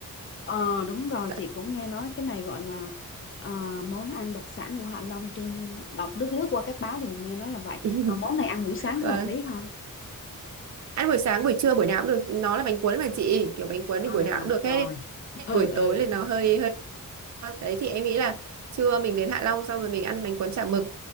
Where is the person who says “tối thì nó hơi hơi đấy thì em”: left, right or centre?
Right